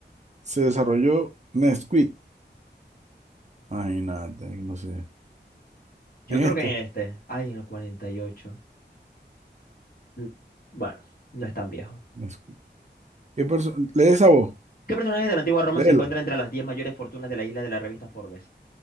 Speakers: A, on the right (about 40°); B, on the left (about 50°).
A: se desarrolló Nesquik? Imagínate, ahí no sé.
B: Yo
A: En
B: creo
A: este,
B: que en este. Ay, en el 48. Mm, Bueno, no es tan viejo.
A: Nesquik. ¿Qué perso- Lee esa voz,
B: ¿Qué personaje de la antigua Roma
A: léela.
B: se encuentra entre las 10 mayores fortunas de la isla de la revista Forbes?